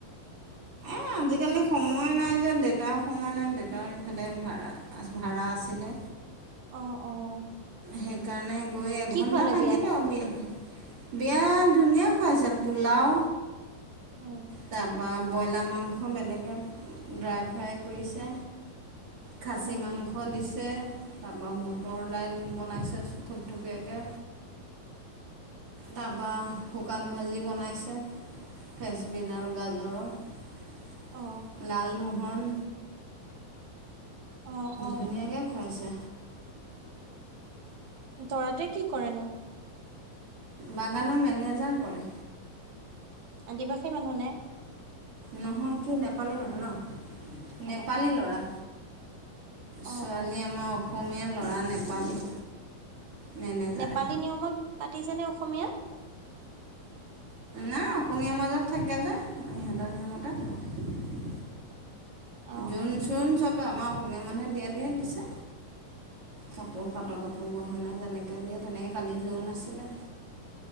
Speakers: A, on the right (about 40°); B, on the right (about 60°).
A: এ আজিকালি সময় নাই যে দেউতাৰ সময় নাই দেউতাৰ ইফালে ভাড়া, ভাড়া আছিলে।
B: অ', অ'।
A: সেইকাৰণে গৈ এঘন্টা
B: কি খোৱালে
A: থাকিলো
B: বিয়াত
A: বিয়া। বিয়াত ধুনীয়া খুৱাইছে পোলাও
B: উম
A: তাৰ। বা ব্ৰইলাৰ মাংস বেলেগে ড্ৰাই ফ্ৰাই কৰিছে। খাচী
B: উম
A: মাংস দিছে তাৰপৰা বুটৰ দাইল। বনাইছে থুপথুপীয়াকে। তাৰপা শুকান ভাজি বনাইছে। ফ্ৰেচবিন আৰু গাজৰৰ।
B: অ
A: লালমোহন
B: অ', অ'।
A: ধুনীয়াকৈ খুৱাইছে
B: দৰাটো কি কৰেনো।
A: বাগানৰ মেনেজাৰ হয়।
B: আদিবাসী মানুহ নে?
A: নহয় কি নেপালী মানুহ ন নেপালী
B: অ অ
A: ল'ৰা। ছোৱালী
B: অ অ
A: আমাৰ অসমীয়া ল'ৰা নেপালী। মেনেজাৰ
B: নেপালী নিয়মত পাতিছেনে অসমীয়া।
A: নাই অসমীয়াৰ মাজত থাকে যে ইহঁতৰ নিয়মতে।
B: অ
A: জোৰোণ
B: অ
A: চোৰণ চব আমাৰ অসমীয়া মানুহে দিয়া দিয়ে দিছে। কাপোৰ পাটৰ কাপোৰ গহণনা যেনেকৈ দিয়ে তেনেকৈ কালি যোৰন নাছিলে।